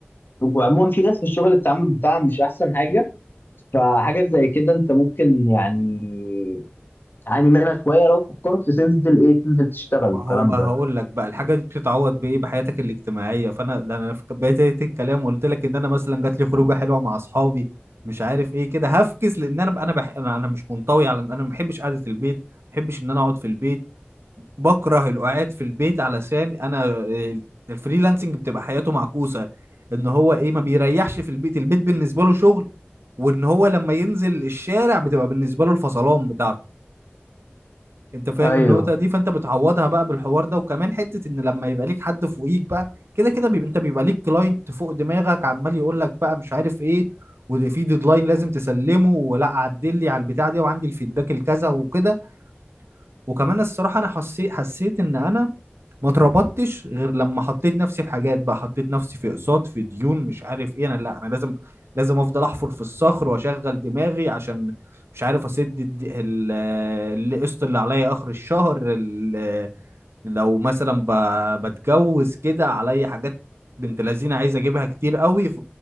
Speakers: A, on the left; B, on the right.
A: وعموما في ناس في الشغل التعامل بتاعها مش احسن حاجه فحاجه زي كده انت ممكن يعني تعاني منها شويه لو فكرت تنزل ايه تنزل تشتغل
B: ما
A: والكلام
B: هو هقول
A: ده
B: لك بقى الحاجه دي بتتعوض بايه بحياتك الاجتماعيه فانا ده انا في بدايه الكلام قلت لك ان انا مثلا جات لي خروجه حلوه مع اصحابي مش عارف ايه كده هفكس لان انا انا بح... انا أنا مش منطوي على انا ما بحبش قعده البيت ما بحبش ان انا اقعد في البيت بكره القعاد في البيت علشان انا ال- الفريلانسنج بتبقى حياته معكوسه ان هو ايه ما بيريحش في البيت البيت بالنسبه له شغل وان هو لما ينزل الشارع بتبقى بالنسبه له الفصلان بتاعته انت فاهم
A: ايوه
B: النقطة دي فانت بتعوضها بقى بالحوار ده وكمان حتة ان لما يبقى ليك حد فوقيك بقى كده كده بيبقى انت بيبقى ليك كلاينت فوق دماغك عمال يقول لك بقى مش عارف ايه وده في ديدلاين لازم تسلمه ولا عدل لي على البتاع دي وعندي الفيدباك الكذا وكده وكمان الصراحة انا حسيت حسيت ان انا ما اتربطتش غير لما حطيت نفسي في حاجات بقى حطيت نفسي في اقساط في ديون مش عارف ايه انا لا انا لازم لازم افضل احفر في الصخر واشغل دماغي عشان مش عارف اسد الد- ال- القسط اللي عليا اخر الشهر ال- لو مثلا ب- بتجوز كده عليا حاجات بنت لذينه عايز اجيبها كتير قوي